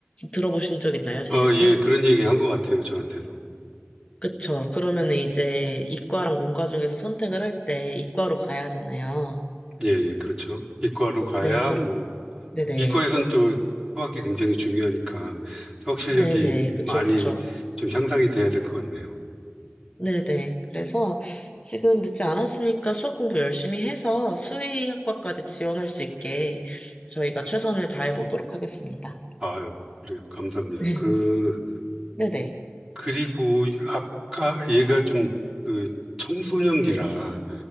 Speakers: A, on the left (about 25°); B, on the right (about 20°).
A: 들어보신 적 있나요, 제이한테?
B: 아, 예. 그런 얘기 한 것 같아요, 저한테도.
A: 그쵸. 그러면은 이제 이과랑 문과 중에서 선택을 할 때 이과로 가야 하잖아요.
B: 예, 예. 그렇죠. 이과로 가야
A: 네, 그럼,
B: 뭐
A: 네네.
B: 이과에선 또 수학이 굉장히 중요하니까 수학 실력이
A: 네네. 그쵸,
B: 많이
A: 그쵸.
B: 좀 향상이 돼야 될 것 같네요.
A: 네네. 그래서 지금 늦지 않았으니까 수학 공부 열심히 해서 수의학과까지 지원할 수 있게 저희가 최선을 다해 보도록 하겠습니다.
B: 아유, 그래, 감사합니다.
A: <laughs>
B: 그,
A: 네네.
B: 그리고 아까 얘가 좀 그 청소년기라